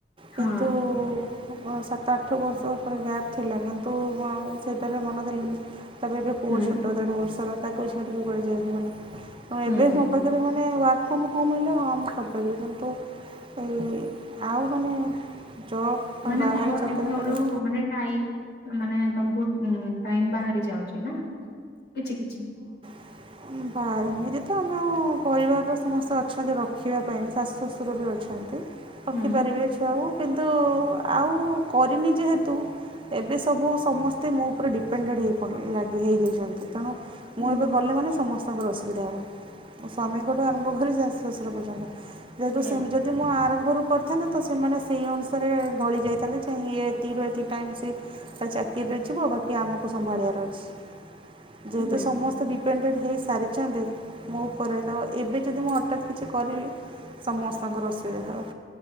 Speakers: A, on the left; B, on the right.
A: ହଁ
B: କିନ୍ତୁ ଆଉ କଁ ସାତ ଆଠ ବର୍ଷ ପରେ ଗ୍ୟାପ୍ ଥିଲା କିନ୍ତୁ ଆଉ ସେଇଟାରେ ମନ ଦେଲିନି। ତାପରେ ଏବେ ପୁଅ
A: ହୁଁ।
B: ଛୋଟ ଦେଢ଼ ବର୍ଷର ତାକୁ ବି ଛାଡ଼ିକି କୁଆଡେ ଯାଇହେବନି। ହଁ
A: ହୁଁ।
B: ଏବେ ମୋ ପାଖରେ ମାନେ ୱାର୍କ ଫ୍ରମ ହୋମ ହେଲେ ହଁ ମୁଁ କରିପାରିବି କିନ୍ତୁ ଏଇ ଆଉ ମାନେ ଜବ୍
A: ମାନେ
B: ବାହାରେ
A: ଘର
B: ଚାକିରି
A: ଘରୁ
B: କରିବା
A: ମାନେ ଟାଇପ୍ ମାନେ ତମକୁ ଉଁ ଟାଇମ ବାହାରି ଯାଉଚି ନା କିଛି କିଛି
B: ଉଁ ହଁ ଏମିତି ତ ଆମ-ଅ-ଅ-ଅ ପରିବାରର ସମସ୍ତେ ଅଛନ୍ତି ରଖିବା ପାଇଁ ବି ଶାଶୁ ଶ୍ୱଶୁର ବି ଅଛନ୍ତି। ରଖିପାରିବେ
A: ହୁଁ
B: ଛୁଆକୁ। କିନ୍ତୁ-ଉ-ଉ-ଉ ଆଉ କରିନି ଯେହେତୁ ଏବେ ସବୁ ସମସ୍ତେ ମୋ ଉପରେ ଡିପେଣ୍ଡଏଡ ହେଇପଡି ଲାଗି ହେଇଯାଇଛନ୍ତି ତ ମୁଁ
A: ହୁଁ।
B: ଏବେ ଗଲେ ମାନେ ସମସ୍ତଙ୍କର ଅସୁବିଧା ହବ। ମୋ ସ୍ଵାମୀଙ୍କଠୁ ଆରମ୍ଭ କରି ଶାଶୁ ଶ୍ୱଶୁର ପର୍ଯ୍ୟନ୍ତ। ଯେହେତୁ
A: ହୁଁ।
B: ସେମ୍ ଯଦି ମୁଁ ଆରମ୍ଭରୁ କରିଥାନ୍ତେ ତ ସେମାନେ ସେଇ ଅନୁସାରେ ଢଳି ଯାଇଥାନ୍ତେ ଯେ ୟ ଏତିକି ରୁ ଟାଇମ୍ ସେ ତା ଚାକିରୀ ରେ ଯିବ ବାକି ଆମକୁ ସମ୍ଭାଳିବାର ଅଛି ଯେହେତୁ
A: ହୁଁ
B: ସମସ୍ତେ ଦିପେଣ୍ଡେଡ ହେଇ ସାରିଛନ୍ତି ମୋ ଉପରେ ତ ଏବେ ଯଦି ମୁଁ ହଠାତ୍ କିଛି କରିବି ସମସ୍ତଙ୍କର ଅସୁବିଧା ହେବ।